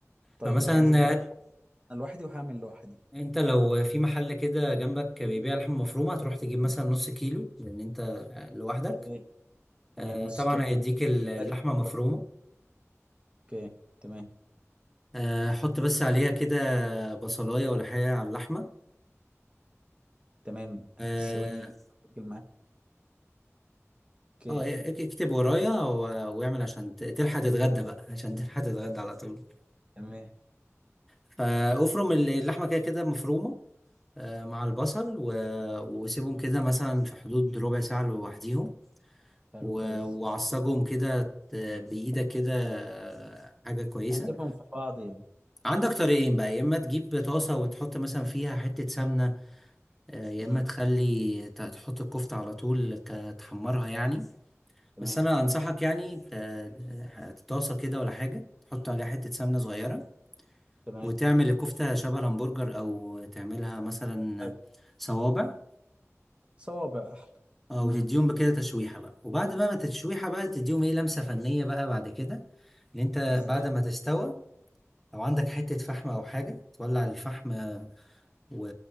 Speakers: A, on the right (about 25°); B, in the centre.
A: طيب
B: فمثلا
A: انا عايزك بقى
B: آه،
A: انا لوحدي وهعمل لوحدي
B: انت لو في محل كده جنبك بيبيع لحمة مفرومة هتروح تجيب مثلا نص كيلو لأن انت آه، لوحدك
A: اوكي تمام
B: آه،
A: نص
B: طبعا
A: كيلو
B: هيديك اللحمة
A: بتاكل معاك.
B: مفرومة
A: اوكي تمام
B: آه، حط بس عليها كده بصلاية ولا حاجة على اللحمة
A: تمام
B: اه
A: ثواني بتاكل معاك اوكي
B: آه، اك- اكتب ورايا و- واعمل عشان ت- تلحق تتغدى بقى عشان تلحق تتغدى على طول
A: تمام
B: فافرم اللحمة كده كده مفرومة آه، مع البصل و... وسيبهم كده مثلا في حدود ربع ساعة لوحديهم
A: حلو
B: و...
A: كويس
B: وعصجهم كده ت- بإيدك كده آه، حاجة كويسة
A: اقلبهم في بعض يعني
B: عندك طريقين بقى يا إما تجيب طاسة وتحط مثلا فيها حتة سمنة آه، يا
A: امم
B: إما تخلي ت- تحط الكفتة على طول ك- تحمرها يعني
A: تمام
B: بس أنا أنصحك يعني ت- طاسة كده ولا حاجة تحط عليها حتة سمنة صغيرة
A: تمام
B: وتعمل الكفتة شبه الهمبرجر أو تعملها مثلا
A: طب،
B: صوابع
A: صوابع احلى
B: اه
A: امم
B: وتديهم بكده تشويحة بقى وبعد بقى ما التشويحة بقى تديهم ايه لمسة فنية بقى بعد كده اللي انت
A: ازاي
B: بعد ما تستوى لو عندك حتة فحم او حاجة تولع الفحم و...